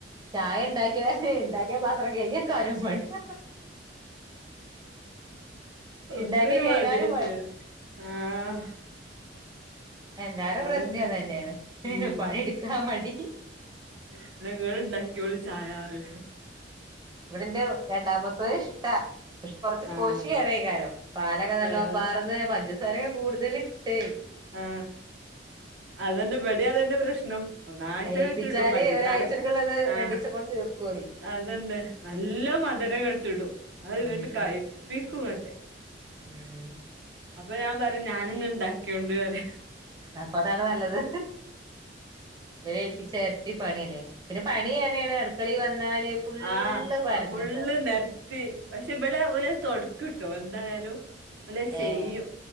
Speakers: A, on the right; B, on the right.
A: ചായണ്ടാക്ക്യാല് ണ്ടാക്ക് കിയ പാത്രം കെയ്ക്യക്കാനും മടിയാ ഇണ്ടാക്കിയേ
B: ഒക്കൊരു
A: കെയ്കാനും
B: മടിയന്നെ
A: മടിയാണ്
B: ആഹ്
A: എല്ലാരെ
B: അതന്നെ
A: പ്രശ്ന്നോം അതെന്നെയാണ്
B: ഉം
A: പണിയെടുക്കാൻ മടി
B: ഇന്ന്ങ്ങള് ണ്ടാക്കിയോളീ ചായാറിം
A: വ്ടന്റെ രണ്ടാമത്തോന് ഇഷ്ടാ പ കൊർച്ച്
B: ആഹ്
A: കൊഷി ഏറേക്കാരം പാലൊക്കെ നല്ലോം
B: ഏഹ്
A: പാർന്ന് പഞ്ചസ് സാരേ കൂട്തല്ട്ട്
B: ആ അതന്നെ വ്ടിം അതന്നെ പ്രശ്നം ഒന്നായ്ട്ടങ്ങട്ട്
A: ഏൽപ്പിച്ചാല്
B: ഇടും പഞ്ചസാരൊക്കെ
A: ഒരാഴ്ചക്കുള്ളത്
B: ആ
A: രണ്ടീസം കൊണ്ട് തീർക്കോല്
B: അതന്നെ നല്ലോം മധ്‌രങ്ങട്ട്ടും അത്ങ്ങട്ട്
A: ഉം
B: കയ്പ്പിക്കും ങ്ങട്ട് തെ
A: ഉം
B: അപ്പൊ ഞാൻ പറിം ഞാന് ന്ന് ണ്ടാ ക്യാേണ്ട് റിം
A: അപ്പതാണ് നല്ലത് വലേൽപ്പിച്ചാ ര്ട്ടി പണ്യല്ലെ പിന്നെ പണിയേറേണ് അട്ക്കളീ വന്നാല് ഫുള്ള്
B: ആ
A: പരന്നുണ്ടാവും
B: അത് ഫുള്ള് നെര് ത്തി പക്ഷേ ഇബലെ ഓല് തൊട്ക്ക്ട്ടോ എന്തായാലും ഇപ്പലേ ചെയ്യും.
A: ഏഹ്